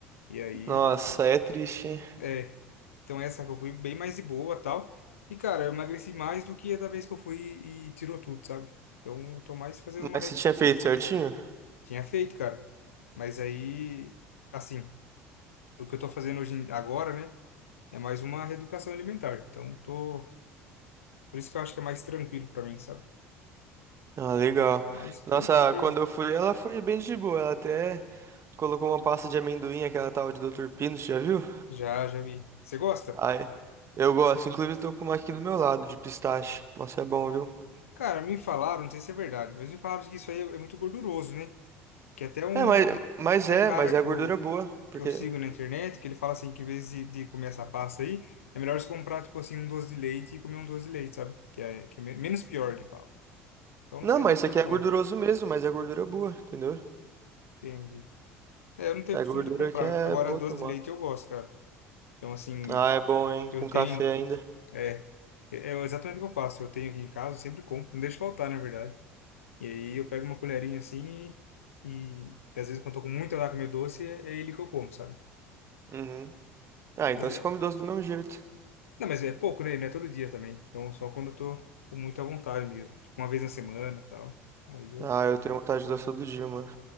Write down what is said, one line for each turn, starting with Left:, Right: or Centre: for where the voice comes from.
Left: E aí,
Right: Nossa, é triste, hein?
Left: é. Então essa que eu fui bem mais de boa, tal. E, cara, eu emagreci mais do que a da vez que eu fui e tirou tudo, sabe? Então eu tô mais fazendo uma...
Right: Mas
Left: re-
Right: você tinha feito certinho?
Left: Tinha feito, cara. Mas aí, assim, o que eu tô fazendo hoje, em- agora, né? É mais uma reeducação alimentar. Então tô... Por isso que eu acho que é mais tranquilo pra mim, sabe?
Right: Ah, legal.
Left: Mas
Right: Nossa,
Left: tô firme.
Right: quando eu fui, ela foi bem de boa. Ela até colocou uma pasta de amendoim, aquela tal de doutor Pino, você já viu?
Left: Já, já vi. Você gosta?
Right: Aí, eu gosto. Inclusive, tô com uma aqui do meu lado, de pistache. Nossa, é bom, viu?
Left: Cara, me falaram, não sei se é verdade, mas me falaram que isso aí é é muito gorduroso, né? Que até um,
Right: É, mas, mas
Left: tem
Right: é,
Left: um cara
Right: mas é
Left: que
Right: gordura
Left: eu,
Right: boa. Porque.
Left: que eu sigo na internet, que ele fala assim que em vez de, de comer essa pasta aí, é melhor você comprar, tipo assim, um doce de leite e comer um doce de leite, sabe? Que é, que é me- menos pior, ele fala. Então não
Right: Não,
Left: sei
Right: mas
Left: até que
Right: isso aqui
Left: ponto.
Right: é gorduroso mesmo, mas é gordura boa, entendeu?
Left: Entendi. É, eu não tenho
Right: É
Left: costume
Right: gordura
Left: de comprar.
Right: que é
Left: Agora,
Right: boa
Left: doce
Right: tomar.
Left: de leite eu gosto, cara. Então, assim,
Right: Ah, é bom, hein?
Left: eu
Right: Com
Left: tenho
Right: café ainda.
Left: É, é é exatamente o que eu faço. Eu tenho aqui em casa, eu sempre compro, não deixo faltar, na verdade. E aí eu pego uma colherinha assim e, e, às vezes quando eu tô com muita lá com meu doce, é, é ele que eu como, sabe?
Right: Uhum. Ah,
Left: Mas
Right: então você
Left: é,
Right: come doce do mesmo jeito.
Left: não, mas é pouco, né? Não é todo dia também. Então só quando eu tô com muita vontade mesmo, tipo uma vez na semana, e tal. Aí eu,
Right: Ah, eu tenho vontade de doce todo dia, mano.